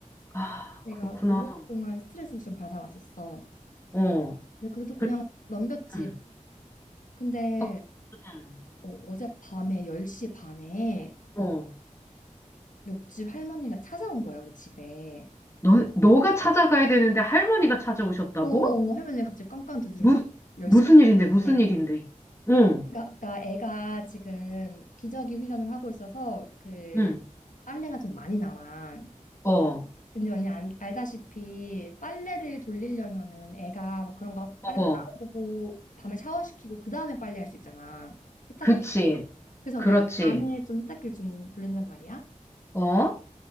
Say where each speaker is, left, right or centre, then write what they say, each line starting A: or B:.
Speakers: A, on the left; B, on the left.
A: 아,
B: 내가
A: 그렇구나.
B: 오랫동안 스트레스를 좀 받아왔었어.
A: 어.
B: 근데 그래도 그냥
A: 그래,
B: 넘겼지.
A: 응.
B: 근데
A: 어, 응.
B: 어, 어젯밤에 10시 반에
A: 어.
B: 옆집 할머니가 찾아온 거야, 우리 집에.
A: 너, 너가 찾아가야 되는데 할머니가 찾아오셨다고?
B: 어, 어, 할머니가 갑자기 깡깡 두드리면
A: 무,
B: 찾아 10시
A: 무슨 일인데, 무슨
B: 반에.
A: 일인데? 응,
B: 그러니까, 그러니까 애가 지금 기저귀 훈련을 하고 있어서 그
A: 응.
B: 빨래가 좀 많이 나와.
A: 어,
B: 근데 언니 알, 알다시피 빨래를 돌리려면은 애가 막 그런 거
A: 어.
B: 빨래 다 나오고 밤에 샤워시키고 그 다음에 빨래할 수 있잖아 세탁기
A: 그치.
B: 그래서
A: 그렇지.
B: 우리가 밤에 좀 세탁기를 좀 돌린단 말이야
A: 어?